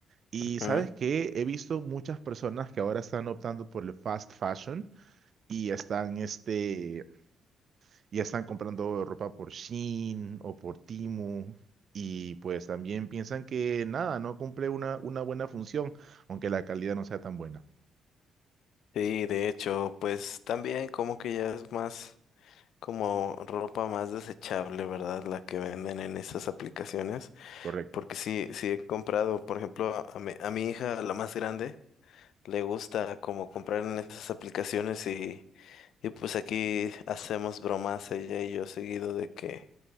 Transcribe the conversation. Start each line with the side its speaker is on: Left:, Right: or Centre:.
Right: Y
Left: ujú.
Right: ¿sabes qué? He visto muchas personas que ahora están optando por el fast fashion y están este ya están comprando ropa por Shein o por Temu y pues también piensan que nada, no cumple una, una buena función, aunque la calidad no sea tan buena.
Left: Sí, de hecho, pues también como que ya es más como ropa más desechable, ¿verdad? La que venden en esas aplicaciones.
Right: Correcto.
Left: Porque sí, sí he comprado, por ejemplo, a a mi, a mi hija, la más grande, le gusta como comprar en esas aplicaciones y, y pues aquí hacemos bromas ella y yo seguido de que,